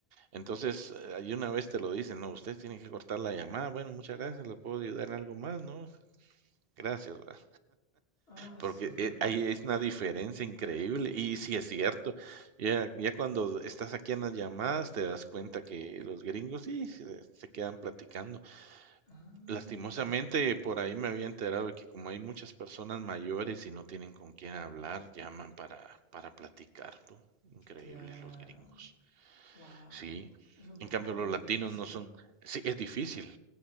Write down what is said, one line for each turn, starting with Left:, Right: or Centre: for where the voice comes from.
Right: Entonces, eh, ahí una vez te lo dicen, no, usted tiene que cortar la llamada. Bueno, muchas gracias, le puedo ayudar en algo más, ¿no? Gracias, ¿va?
Left: Ah,
Right: Porque
Left: su- <laughs>
Right: eh, ahí es una diferencia increíble. Y sí es cierto, ya, ya cuando estás aquí en las llamadas te das cuenta que los gringos sí se, se quedan platicando.
Left: Ah,
Right: Lastimosamente por ahí me había enterado de que como hay muchas personas mayores y no tienen con quién hablar, llaman para, para platicar, ¿no? Increíbles
Left: claro.
Right: los gringos.
Left: Wow.
Right: Sí.
Left: Es un
Right: En
Left: poco
Right: cambio los latinos
Left: difícil.
Right: no son... Sí, es difícil,